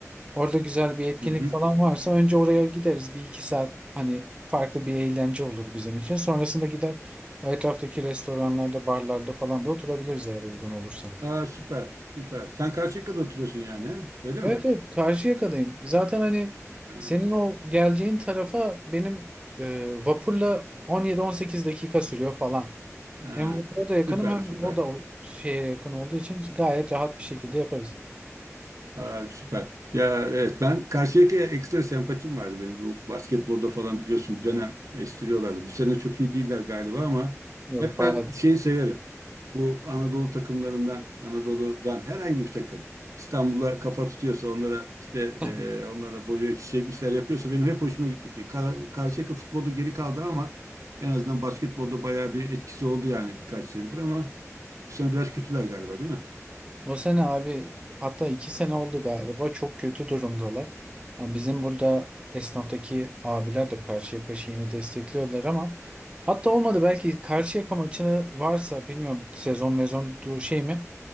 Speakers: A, on the right; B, on the right.
A: Orada güzel bir etkinlik
B: Hı hı.
A: falan varsa önce oraya gideriz. Bir iki saat hani farklı bir eğlence olur bizim için. Sonrasında gider o etraftaki restoranlarda, barlarda falan da oturabiliriz eğer uygun olursa.
B: Aa, süper, süper. Sen Karşıyaka'da oturuyorsun yani, he? Öyle
A: Evet
B: mi?
A: evet Karşıyaka'dayım. Zaten hani
B: Ha,
A: senin o geleceğin tarafa benim e, vapurla 17-18 dakika sürüyor falan.
B: ha.
A: Hem vapura da yakınım
B: Süper,
A: hem
B: süper.
A: o da o şeye yakın olduğu için gayet rahat bir şekilde yaparız.
B: Ha, süper. Ya evet ben Karşıyaka'ya ekstra sempatim vardı benim. Bu basketbolda falan biliyorsun bir dönem estiriyorlardı. Bu sene çok iyi değiller galiba ama
A: Yok
B: hep
A: bayağı.
B: ben şeyi severim. Bu Anadolu takımlarından, Anadolu'dan herhangi bir takım İstanbul'a kafa tutuyorsa onlara işte
A: <laughs>
B: e, onlarla boyu ölçüşecek işler yapıyorsa benim hep hoşuma gitmişti. Ka Karşıyaka futbolda geri kaldı ama en azından basketbolda bayağı bir etkisi oldu yani birkaç senedir ama bu sene biraz kötüler galiba değil mi?
A: Bu sene abi hatta iki sene oldu galiba çok kötü durumdalar. Yani bizim burada esnaftaki abiler de Karşıyaka yeni destekliyorlar ama hatta olmadı belki Karşıyaka maçını varsa bilmiyorum sezon mezon du- şey mi